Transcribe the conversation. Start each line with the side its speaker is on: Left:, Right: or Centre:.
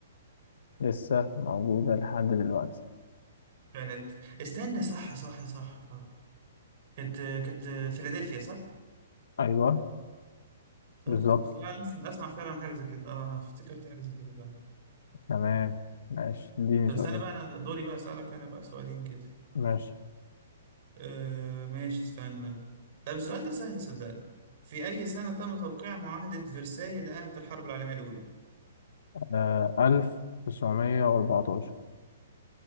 Left: لسه موجودة لحد دلوقتي
Right: كانت استنى صح صح صح صح كانت كانت فيلادلفيا صح؟
Left: أيوه
Right: طب
Left: بالظبط
Right: طب لا أنا أسمع فعلا حاجة زي كده أه آه، افتكرت حاجة زي كده فعلا
Left: تمام ماشي اديني
Right: طب
Left: سؤال
Right: استنى بقى أنا دوري بقى أسألك أنا بقى سؤالين كده
Left: ماشي
Right: أه ماشي استنى طب السؤال ده سهل صدقني في أي سنة تم توقيع معاهدة فرساي اللي أنهت الحرب العالمية الأولى؟
Left: آه، ألف تسعمية وأربعتاشر